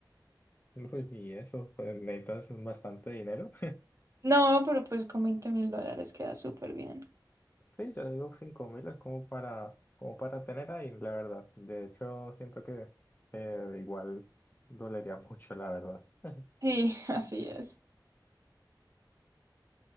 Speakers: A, on the left; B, on the right.
A: <laughs> Uy, y eso, pues necesitas bastante dinero.
B: No, pero pues con veinte mil dólares queda súper bien.
A: Sí, yo digo 5.000 es como para, como para tener ahí, la verdad. De hecho, siento que eh, igual dolería <laughs> mucho, la verdad. <laughs>
B: Sí, <laughs> así es.